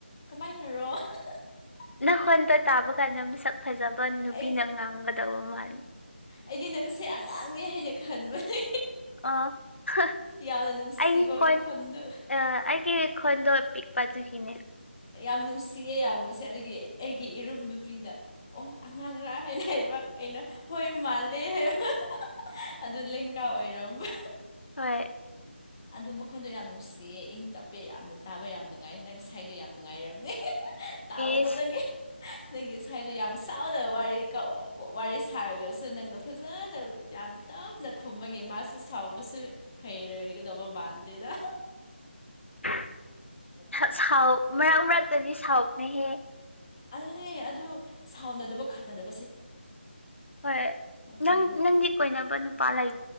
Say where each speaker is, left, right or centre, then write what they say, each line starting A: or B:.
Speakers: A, on the left; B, on the left.
A: ꯀꯃꯥꯏꯅꯔꯣ <unintelligible>
B: ꯅꯪ ꯈꯣꯟꯗ ꯇꯥꯕ ꯀꯥꯟꯗ ꯃꯤꯁꯛ ꯐꯖꯕ ꯅꯨꯄꯤꯅ
A: ꯑꯩꯗꯤ
B: ꯉꯥꯡꯒꯗꯕ ꯃꯥꯜꯂꯤ
A: ꯑꯩꯗꯤ ꯅꯪꯁꯦ ꯑꯉꯥꯡꯅꯦ ꯍꯥꯏꯅ ꯈꯟꯕꯅꯦ
B: ꯑꯥ <unintelligible>
A: ꯌꯥꯝꯅ ꯅꯨꯡꯁꯤꯕ
B: ꯑꯩꯒꯤ ꯈꯣꯟ
A: ꯃꯈꯣꯟꯗꯣ
B: ꯑ ꯑꯩꯒꯤ ꯈꯣꯟꯗꯣ ꯄꯤꯛꯄ ꯑꯗꯨꯒꯤꯅꯦ
A: ꯌꯥꯝ ꯅꯨꯡꯁꯤꯌꯦ ꯌꯥꯝ ꯅꯨꯡꯁꯤ ꯑꯗꯨꯒꯤ ꯑꯩꯒꯤ ꯏꯔꯨꯝ ꯅꯨꯄꯤꯗ ꯑꯣ ꯑꯉꯥꯡꯔꯥ ꯍꯥꯏꯅ ꯍꯥꯏꯕ ꯑꯩꯅ ꯍꯣꯏ ꯃꯥꯜꯂꯦ ꯍꯥꯏꯕ ꯑꯗꯨ ꯂꯦꯡꯀꯥ ꯑꯣꯏꯔꯝꯕ
B: ꯍꯣꯏ
A: ꯑꯗꯨ ꯃꯈꯣꯟꯗꯣ ꯌꯥꯝ ꯅꯨꯡ ꯁꯤꯌꯦ ꯏꯪ ꯇꯞꯄꯦ ꯌꯥꯝꯅ ꯇꯥꯕ ꯌꯥꯝ ꯅꯨꯡꯉꯥꯏ ꯅꯪ ꯁꯥꯏꯗꯣ ꯌꯥꯝ ꯅꯨꯡꯉꯥꯏꯔꯕꯅꯦ ꯇꯥꯕꯗ
B: ꯑꯦꯁ
A: ꯅꯪꯒꯤ <unintelligible> ꯅꯪꯒꯤ ꯁꯥꯏꯗꯣ ꯌꯥꯝ ꯁꯥꯎꯅ <unintelligible> ꯋꯥꯔꯤ ꯀ ꯋꯥꯔꯤ ꯁꯥꯔꯒꯁꯨ ꯅꯪꯅ ꯐꯖꯅ ꯌꯥꯝ ꯇꯞꯅ ꯈꯨꯝꯕꯒꯤ ꯃꯥꯁꯨ ꯁꯥꯎꯕꯁꯨ ꯍꯩꯔꯣꯏꯒꯗꯕ ꯃꯥꯟꯗꯦꯗ
B: <unintelligible> ꯁꯥꯎ ꯃꯔꯛ ꯃꯔꯛ ꯃꯔꯛꯇꯗꯤ ꯁꯥꯎꯕꯅꯦꯍꯦ
A: ꯑꯗꯨꯅꯦ ꯑꯗꯨ ꯁꯥꯎꯅꯗꯕ ꯈꯠꯅꯗꯕ
B: ꯍꯣꯏ
A: ꯑꯗꯨꯅꯦ
B: ꯅꯪ ꯅꯪꯒꯤ ꯀꯣꯏꯅꯕ ꯅꯨꯄꯥ ꯂꯩ